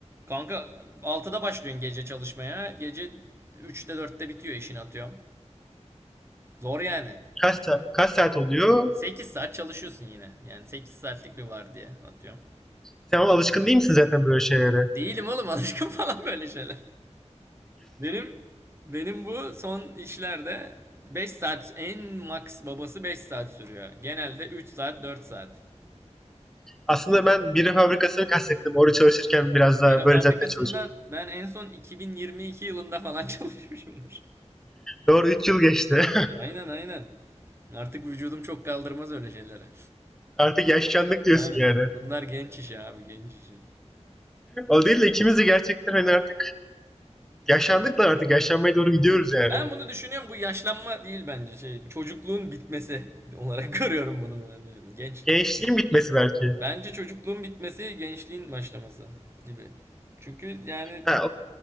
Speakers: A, on the right; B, in the centre.
A: kanka altıda başlıyorsun gece çalışmaya. Gece üçte dörtte bitiyor işini atıyorum. Zor yani.
B: kaç saat, kaç saat oluyor?
A: 8 saat çalışıyorsun yine. Yani 8 saatlik bir vardiya atıyorum.
B: Sen ama alışkın değil misin zaten böyle şeylere?
A: Değilim oğlum alışkın <laughs> falan böyle şeyler. Benim benim bu son işlerde beş saat en max babası 5 saat sürüyor. Genelde üç saat dört saat.
B: Aslında ben biri fabrikasını kastettim. Orada çalışırken biraz daha
A: Bira
B: böyle
A: fabrikasında
B: zaten çalışıyordum.
A: ben en son 2022 yılında falan <laughs> çalışmışımdır.
B: Doğru 3 yıl geçti. <laughs>
A: Aynen aynen. Artık vücudum çok kaldırmaz öyle şeylere.
B: Artık yaşlandık diyorsun
A: Aynen.
B: yani.
A: Bunlar genç işi abi genç işi.
B: O değil de ikimiz de gerçekten hani artık yaşlandık da artık yaşlanmaya doğru gidiyoruz yani.
A: Ben bunu düşünüyorum bu yaşlanma değil bence şey çocukluğun bitmesi olarak <laughs> görüyorum bunu ben. Genç.
B: Gençliğin bitmesi belki.
A: Bence çocukluğun bitmesi gençliğin başlaması gibi. Çünkü yani
B: Ha,